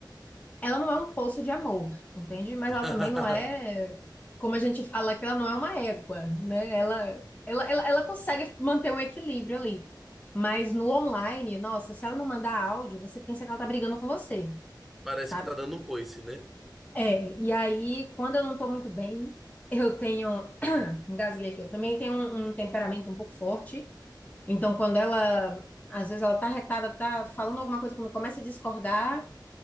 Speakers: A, on the left (about 20°); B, in the centre.
A: ela não é um poço de amor, entende? Mas
B: <laughs>
A: ela também não é, como a gente fala que ela não é uma égua, né? Ela, ela, ela, ela consegue manter um equilíbrio ali. Mas no online, nossa, se ela não mandar áudio, você pensa que ela tá brigando com você,
B: Parece
A: sabe?
B: que tá dando um coice, né?
A: É, e aí, quando eu não tô muito bem, eu tenho, engasguei aqui, eu também tenho um um temperamento um pouco forte. Então, quando ela, às vezes ela tá retada, tá falando alguma coisa comigo, começa a discordar,